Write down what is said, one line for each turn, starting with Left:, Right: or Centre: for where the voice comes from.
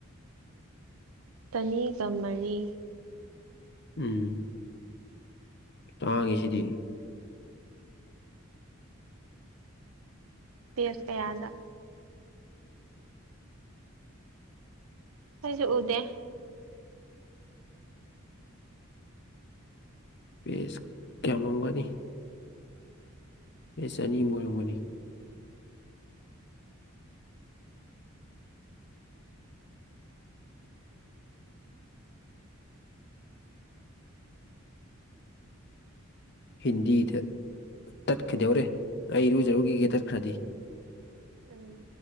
Right: ꯇꯅꯤꯒ ꯃꯔꯤ
Left: ꯎꯝ ꯇꯥꯡꯉꯤ ꯁꯤꯗꯤ
Right: ꯄꯦꯁ ꯀꯌꯥꯗ ꯑꯩꯁꯨ ꯎꯗꯦ
Left: ꯄꯦꯁ ꯌꯥꯝꯃꯝꯒꯅꯤ ꯄꯦꯁ ꯆꯅꯤꯃꯨꯛ ꯑꯣꯏꯔꯝꯒꯅꯤ ꯍꯤꯟꯗꯤꯗ ꯇꯠꯈꯤꯗꯧꯔꯦ ꯑꯩ ꯏꯔꯨꯖꯔꯨꯒꯤꯒꯦ ꯇꯠꯈ꯭ꯔꯗꯤ
Right: ꯎꯝ